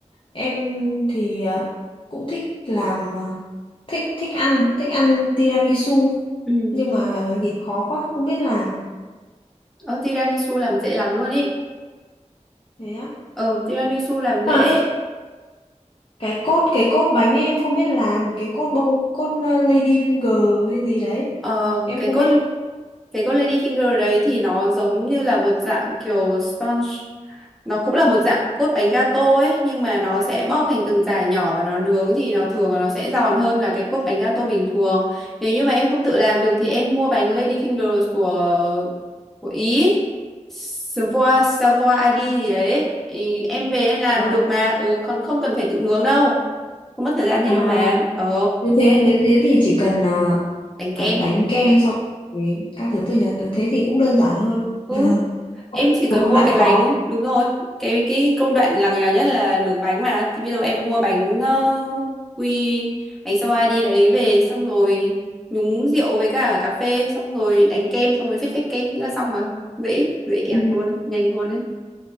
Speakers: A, on the left; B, in the centre.
A: em thì ờ, cũng thích làm ờ, thích thích ăn thích ăn tiramisu
B: ừ
A: nhưng mà nhìn khó quá không biết làm
B: ờ tiramisu làm dễ lắm luôn ấy
A: thế
B: ờ tiramisu làm dễ
A: á cái cốt cái cốt bánh ấy, em không biết làm cái cốt bông cốt ờ, lady finger hay gì đấy
B: ờ
A: em
B: cái
A: không
B: con
A: biết là
B: cái con lady finger đấy thì nó giống như là một dạng kiểu sponge nó cũng là một dạng cốt bánh gato ấy nhưng mà nó sẽ bóp thành từng dải nhỏ và nó nướng thì nó thường là nó sẽ giòn hơn là cái cốt bánh gato bình thường nếu như mà em không tự làm được thì em mua bánh Lady Fingers của của Ý Savoy Savoy Adi gì đấy, đấy. Thì em về em làm
A: Vâng.
B: được mà ừ còn không cần phải tự nướng đâu không mất thời gian thì
A: à
B: đâu mà ờ
A: như thế nếu thế thì chỉ cần ờ,
B: đánh kem
A: cần đánh kem xong thì các thứ thôi nhật Ờ, thế thì cũng đơn giản hơn
B: Ừ.
A: <laughs>
B: Em chỉ cần
A: một công
B: mua
A: đoạn
B: cái
A: khó
B: bánh đúng rồi cái cái công đoạn lằng nhằng nhất là đường bánh mà thì bây giờ em mua bánh ờ, quy bánh sao đi đấy về xong rồi nhúng rượu với cả cà phê xong rồi đánh kem xong rồi phết phết kem thế là xong mà dễ dễ ẹc
A: ừ.
B: luôn nhanh luôn đấy